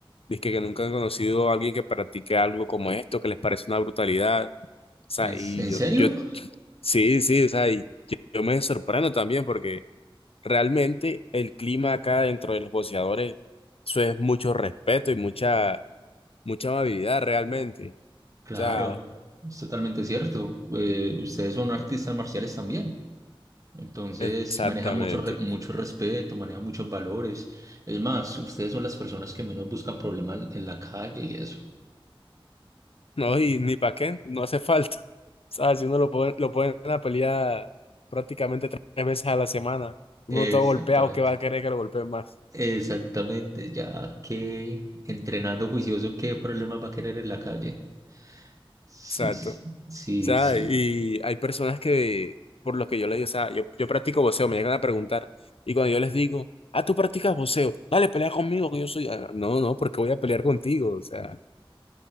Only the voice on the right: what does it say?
¿En,
en
serio?
Claro,
es totalmente cierto. Eh, ustedes son artistas marciales también, entonces
manejan mucho, re- mucho respeto, manejan muchos valores. Es más, ustedes son las personas que menos buscan problemas en la calle y eso.
Exactamente.
Exactamente, ya que entrenando juicioso, ¿qué problemas va a querer en la calle? Sí,
sí,
sí,
sí.